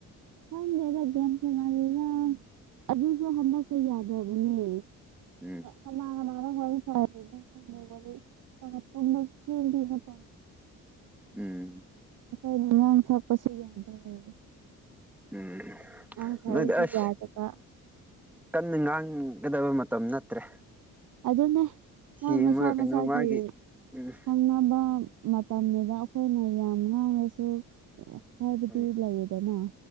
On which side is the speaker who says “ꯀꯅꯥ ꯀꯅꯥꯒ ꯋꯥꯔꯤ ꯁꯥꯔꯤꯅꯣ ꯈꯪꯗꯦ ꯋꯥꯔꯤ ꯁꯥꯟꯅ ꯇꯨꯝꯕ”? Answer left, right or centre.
Right